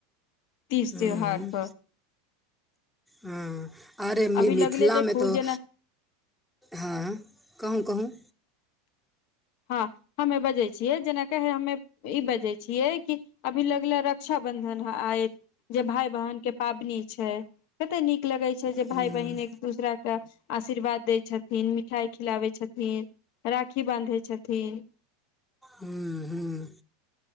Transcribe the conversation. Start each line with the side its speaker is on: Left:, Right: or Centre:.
Left: तीज
Centre: हूँ
Left: त्यौहारक
Centre: हँ अरे मि
Left: अभी
Centre: मिथिलामे
Left: लगले देखू
Centre: तऽ
Left: जेना
Centre: हँ कहूँ कहूँ
Left: हँ हमे बजै छियै जेनाक हमे ई बजै छियै कि अभी लगले रक्षा बंधन आय जे भाय बहन के पाबनि छै कते नीक लगय छै जे
Centre: हूँ
Left: भाय बहिन दूसरा के आशीर्वाद दय छथिन मिठाई खिलाबे छथिन राखी बानधय छथिन
Centre: हूँ हूँ